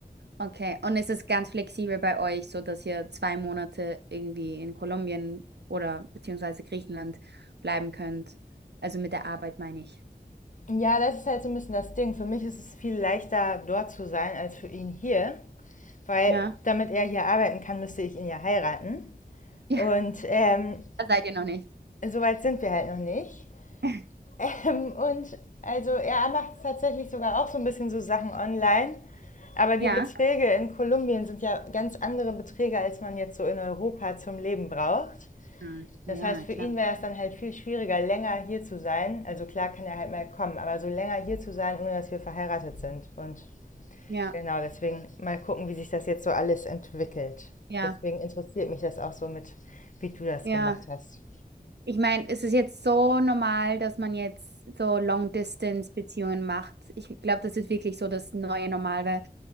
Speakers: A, on the right; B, on the left.
A: okay. Und es ist ganz flexibel bei euch, so dass ihr zwei Monate irgendwie in Kolumbien oder beziehungsweise Griechenland bleiben könnt. Also mit der Arbeit meine ich.
B: Ja, das ist halt so ein bisschen das Ding. Für mich ist es viel leichter, dort zu sein, als für ihn hier. Weil
A: Ja,
B: damit er hier arbeiten kann, müsste ich ihn ja heiraten.
A: Ja,
B: Und ähm,
A: da seid ihr noch nicht.
B: so weit sind wir halt noch nicht.
A: <laughs>
B: Ähm, und also er macht tatsächlich sogar auch so ein bisschen so Sachen online. Aber die
A: Ja.
B: Beträge in Kolumbien sind ja ganz andere Beträge, als man jetzt so in Europa zum Leben braucht.
A: Ah, Ja,
B: Das heißt, für
A: klar.
B: ihn wäre es dann halt viel schwieriger, länger hier zu sein. Also klar kann er halt mal kommen, aber so länger hier zu sein, ohne dass wir verheiratet sind. Und
A: ja,
B: genau, deswegen mal gucken, wie sich das jetzt so alles entwickelt.
A: ja,
B: Deswegen interessiert mich das auch so mit, wie du das
A: ja.
B: gemacht hast.
A: Ich meine, es ist jetzt so normal, dass man jetzt so Long-Distance-Beziehungen macht. Ich glaube, das ist wirklich so das neue Normal, weil